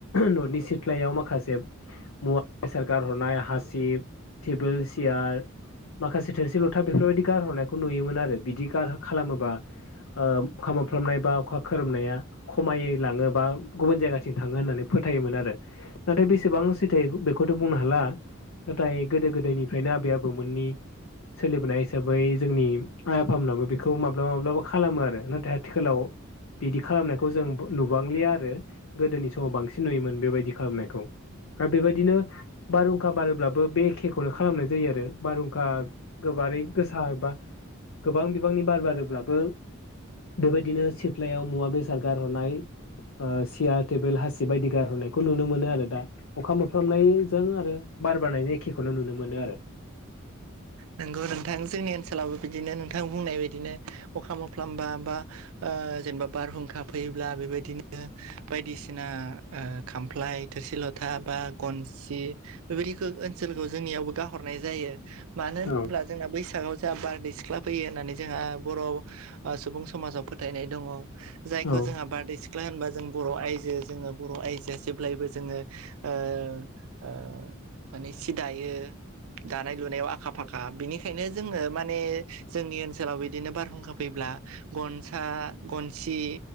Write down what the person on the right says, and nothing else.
नोंगौ नोंथां जोंनि ओनसोलावबो बिदिनो नोंथां बुंनाय बदिनो अखा मोफ्लाम बा बा ओ जेनबा बारहुंखा फैयोब्ला बेबायदिनो बायदिसिना ओ खामफ्लाय थोरसि ल था बा गनसि बेबायदिखो ओनसोलखौ जोंनियावबो गाहरनाय जायो। मानो होनोब्ला
जोंहा बैसागआव जोहा बारदै सिख्ला फैयो होननानै जोंहा बर' ओ सुबुं समाजाव फोथायनाय दङ जायखौ
जोङा बारदै सि ख्ला होनबा जों बर' आइजो जोङो बर' आइजोआ जेब्लायबो जोङो ओ ओ माने सि दायो दानाय लुनायाव आ खा फाखा बिनिखायनो जोङो माने जोंनि ओनसोलाव बिदिनो बारहुंखा फैब्ला गनसा गनसि